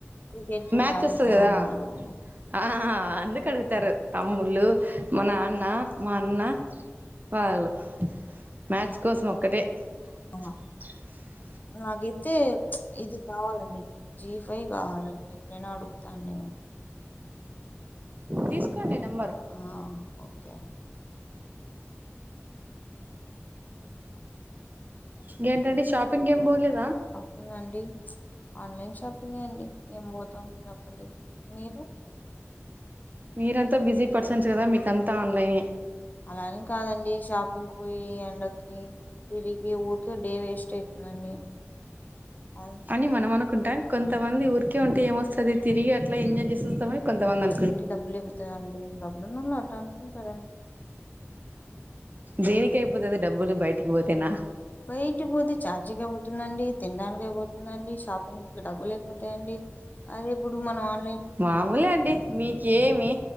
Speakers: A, on the left; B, on the right.
A: క్రికెట్ చూడడానికి
B: మ్యాచ్ వస్తది కదా
A: అవునవునవును
B: ఆ ఆ ఆ అందుకు అడుగుతారు తమ్ముళ్ళ మా నాన్న మా అన్న వాళ్ళు మ్యాచ్ కోసం ఒక్కటే
A: ఆ
B: అ
A: నాకైతే ఇది కావాలండి జీ ఫైవ్ కావాలండి ఎప్పుడైనా అడుగుతా అండి
B: తీసుకోండి నెంబర్
A: ఆ ఓకే అండి
B: ఇంకేంటండి షాపింగ్ ఏం పోలేదా
A: షాపింగ్ అండి ఆన్లైన్ షాపింగ్ అండి ఏం పోతాం చెప్పండి మీరు
B: మీరంతా బిజీ పర్సన్స్ కదా మీకంతా ఆన్లైనే
A: అలానే కాదండి షాపింగ్ పోయి ఎండ్కి తిరిగి ఊరికి డే వేస్ట్ అయి అండి అ
B: అని మనం అనుకుంటాం కొంతమంది ఊరికే ఉంటే ఏమ వస్తుందిది తిరిగి అలా ఎజాయ్ చేేస్తామని కొంతమంది అ
A: అంటి డబ్బులు ఇబతాండి డబ్బులున్నోల్ అట్ట అనుకుంటారండి
B: దేనికై పోతది డబ్బులు బయటిక్ పోతేనా
A: బయటిక్ పోతే చాచీగై పోతుందండి తిండానిక్ అయి పోతుందండి షాపింగ్ డబ్బు లేకపో తే అండి అదే ఇప్పుడు మనం ఆన్
B: మామూలే అండి మీకేమి